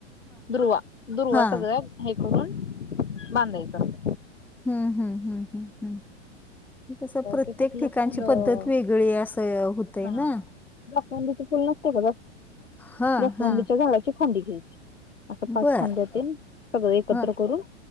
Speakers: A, on the left; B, in the centre.
A: दुर्वा दुर्वा
B: हा
A: सगळं हे करून बांधायचं.
B: हंम हंम हंम हंम हंम. ते कसं प्रत्येक
A: ते कुठलं
B: ठिकाणची
A: फुलं
B: पद्धत वेगळी आहे असं होतय
A: हा
B: ना.
A: जास्वंदीच फुल नसतय का
B: हा
A: जास्वंदीच्या
B: हा
A: झाडाची फांदी घ्यायची. असं पाच
B: बर
A: फांद्या तीन सगळं एकत्र
B: हा
A: करून